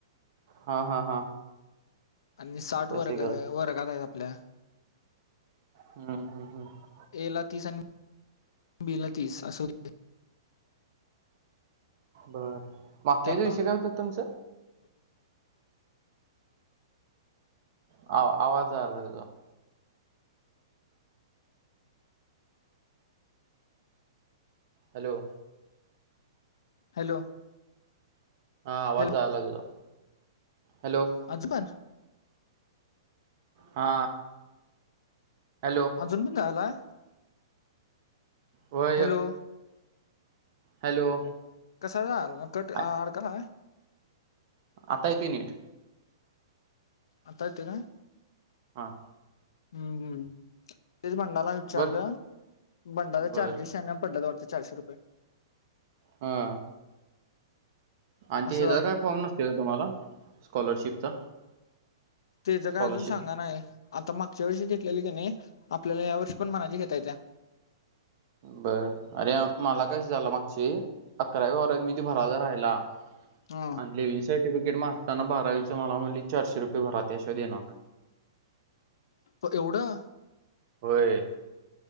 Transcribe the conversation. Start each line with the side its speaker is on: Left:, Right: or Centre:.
Right: हा हा हा
Left: आणि साठ
Right: शशिकला
Left: वर्ग वर्गात आहेत आपल्या
Right: हम्म हम्म हम्म.
Left: एला तीस आणि बिला तीस अस होत.
Right: बरं मागच्या
Left: त्यामध्ये
Right: दि दिवशी काय होतं तुमचं? आ आवाज आला तुझा? हॅलो.
Left: हॅलो.
Right: हा आवाज
Left: हॅलो
Right: आयला तुझा हॅलो.
Left: अजबन.
Right: हा हॅलो.
Left: जुून पण झालाय.
Right: वय
Left: हॅलो
Right: हॅलो.
Left: कसा झा कट
Right: आ-
Left: अडकला.
Right: आता येते नीट.
Left: आता येते काय?
Right: हां.
Left: हम्म हम्म. तेच बंडाला विचारलं
Right: बर
Left: बंडाचा
Right: बर
Left: चार्जेस पडला द वाडते चारशे रुपये
Right: हा. आणि ते
Left: असं
Right: ह्याचा
Left: झालं
Right: काय फॉर्म नसते का तुम्हाला स्कॉलरशिपचा
Left: ते ज
Right: स्कॉलरशिप
Left: काय अजून सांगा नाही आता मागच्या वर्षी घेतलेली कने आपल्याला या वर्षी पण मारजी घेता येत्या.
Right: बर अरे मला कशी झालं मागचे अकराव्या वरात मी बरा राहिला.
Left: हम.
Right: आणि लिव्हंग सर्टिफिकेट मारताना बारावीचं मला म्हटलं चारशे रुपये भरात अशा देणार नाही.
Left: पणं एवढं
Right: होयं